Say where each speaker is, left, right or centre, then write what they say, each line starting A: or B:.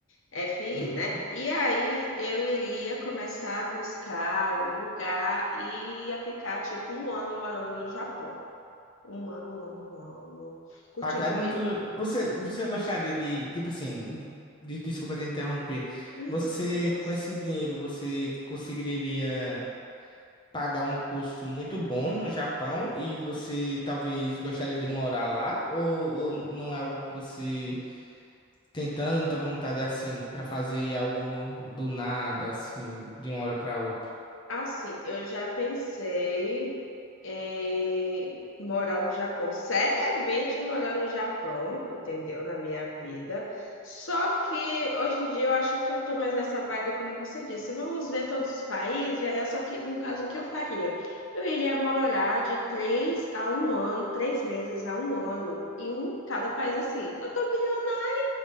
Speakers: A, on the left; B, on the left.
A: FI,
B: Uhum.
A: né? E aí eu iria começar a buscar algum lugar e ia ficar tipo um ano morando no Japão. Um ano, um ano, um ano. Curtindo
B: Pagado
A: a minha,
B: tudo. Você, você gostaria de, tipo assim, de, desculpa te interromper.
A: Hum,
B: Você,
A: que boas.
B: com esse dinheiro, você conseguiria. pagar um curso muito bom no Japão e você talvez gostaria de morar lá? Ou, ou não é algo que você tem tanta vontade assim pra fazer algo do nada, assim, de uma hora pra outra?
A: Assim, eu já pensei em morar no Japão, seriamente morar no Japão, entendeu? Na minha vida. Só que hoje em dia eu acho que eu tô mais nessa vibe, como você disse. Vamos ver todos os países, viajar, só que no caso o que eu faria? Eu iria morar de três a um ano, três meses a um ano em cada país assim. Eu tô bilionária,